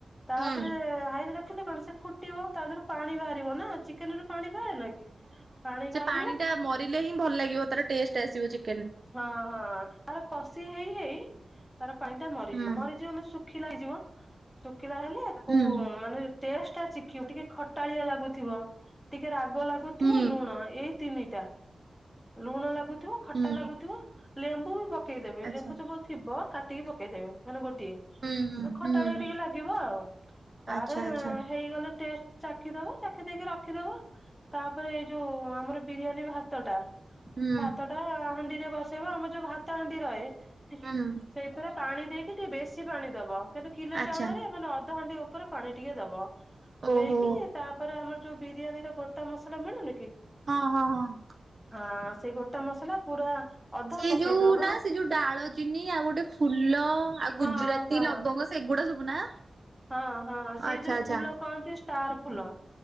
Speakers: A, in the centre; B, on the right.
A: ତାପରେ
B: ହୁଁ ହଁ
A: ହାଇରେ ରଖିଲା ପରେ ସେ ଫୁଟିବ ତାଦେହରୁ ପାଣି ବାହାରିବନା ଚିକେନ ରୁ ପାଣି ବାହାରେ ନା କି ପାଣି ବାହାରି
B: ପାଣିଟା ମରିଲେ ହିଁ ଭଲଲାଗିବ ତାର ଟେଷ୍ଟ ଆସିବ ଚିକ
A: ହଁ ହଁ ତାର କଷି ହେଇହେଇ ତାର ପାଣିଟା ମରିଯିବ
B: ହୁଁ
A: ମରିଯିବ ମାନେସୁଖ ଶୁଖିଲା ଯିବ ଶୁଖିଲା ହେଲେ ତାକୁ
B: ହୁଁ
A: ମାନେ ଟେଷ୍ଟ ଟା ଶିଖିବୁ ଟିକେ ଖଟାଳିଆ ଲାଗୁଥିବ ଟିକେ ରାଗଲାଗୁ
B: ହୁଁ
A: ଥିବ ଲୁଣ ଏଇତିନିଟା ଲୁଣ ଲାଗୁଥିବ ଖଟା
B: ହୁଁ
A: ଲାଗୁଥିବ ଲେମ୍ବୁ ବି ପକେଇଦେବେ
B: ଆଚ୍ଛା
A: ଲେମ୍ବୁ ଚୋପା ଥିବ କାଟିକି ପକେଇଦେବେ ମାନେ ଗୋଟିଏ।
B: ହୁଁ ହୁଁ
A: ଖଟାଳିଆ
B: ହୁଁ।
A: ଟିକେ ଲାଗିବ ଆଉ ତାର
B: ଆଚ୍ଛା ଆଚ୍ଛା
A: ହେଇଗଲେ ଟେଷ୍ଟ ଚାଖିଦବ ଚାଖି ଦେଇକି ରଖିଦବ ତାପରେ ଏଇ ଯୋଉ ଆମର ବିରିୟାନୀ ଭାତ ଟା
B: ହୁଁ
A: ଭାତ ଟା ହାଣ୍ଡି ରେ ବସେଇବ ଆମର ଯୋଉ ଭାତ ହାଣ୍ଡି ରହେ
B: ହୁଁ।
A: ସେଇଥିରେ ପାଣି ଦେଇକି ଟିକେ ବେଶୀ ପାଣି ଦବ କାହିଁକି କିଲେ
B: ଆଚ୍ଛା
A: ଚାଉଳରେ ମାନେ ଅଧହାଣ୍ଡି ଓ ଉପରେ ପାଣି ଟିକେ ଦବ
B: ଓହୋ
A: ଦେଇକି ତାପରେ ଆମର ଯୋଉ ବିରିୟାନୀ ର ଗୋଟା ମସଲା ମିଳୁନି କି
B: ହଁ ହଁ ହଁ।
A: ହଁ ସେଇ ଗୋଟା ମସଲା ପୁରା ଅଧା
B: ସେଇ
A: ପକେଇ
B: ଯୋଉ
A: ଦବ ମାନେ
B: ନା ସେ ଯୋଉ ଡାଳଚିନି ଆଉ ଗୋଟେ ଫୁଲ ଆଉ
A: ହଁ
B: ଗୁଜୁରାତି
A: ହଁ
B: ଲବଙ୍ଗ ସେଗୁଡା ସବୁ ନା।
A: ହଁ ହଁ ସେ
B: ଆଚ୍ଛା
A: ଯୋଉ
B: ଆଚ୍ଛା
A: ଫୁଲ କହନ୍ତି ଷ୍ଟାର ଫୁଲ